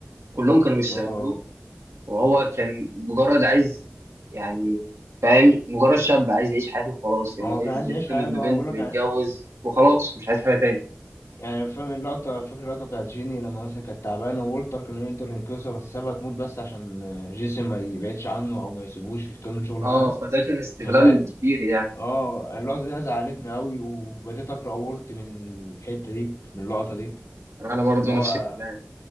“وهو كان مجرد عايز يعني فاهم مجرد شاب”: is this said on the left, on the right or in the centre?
Right